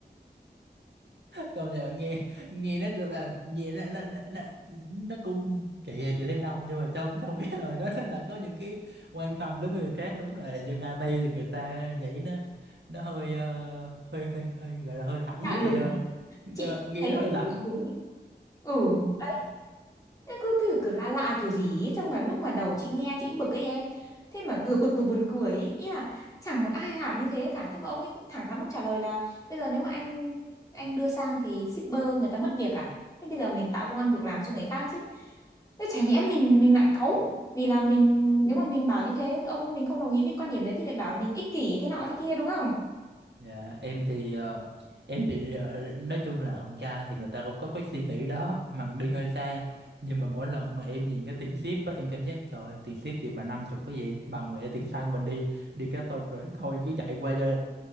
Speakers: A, on the right; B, on the left.
A: công nhận nghe nghe nó được là nghe nó nó nó, nó nó cũng kỳ là chị thấy đâu nhưng mà trong trong cái lời đó nó là có những cái quan tâm đến người khác đúng là dân IT thì người ta nghĩ nó nó hơi ờ, hơi hơi hơi gọi là hơi thẳng
B: Lạ
A: đó
B: lùng
A: chị ơi
B: ấy. Chị
A: Ờ, nghe
B: thấy
A: nó
B: nó
A: hơi
B: không
A: thẳng
B: lạ lùng ấy. ừ
A: Ừ.
B: Đấy, nó cứ kiểu kiểu lạ lạ kiểu gì ấy. Trong mà lúc mà đầu chị nghe chị cũng bực ấy em thế mà vừa bực vừa buồn cười ấy. ý là chẳng một ai làm như thế cả thế mà ông ấy cũng thẳng thắn ông trả lời là bây giờ nếu mà anh anh đưa sang thì shipper người ta mất việc à thế bây giờ mình tạo công ăn việc làm cho người khác chứ thế chả nhẽ mình mình lại cáu vì là mình nếu mà mình bảo như thế ông mình không đồng ý với quan điểm đấy thì lại bảo là mình ích kỷ thế nọ thế kia đúng không
A: Dạ, em thì ờ, em bị ờ, nói chung là con trai thì người ta cũng có cái suy nghĩ đó mà đi hơi xa nhưng mà mỗi lần mà em nhìn cái tiền ship á em cảm giác trời ơi, tiền ship gì mà năm chục cái gì bà nguyện tiền xăng mình đi đi cả tuần rồi thôi chứ chạy qua cho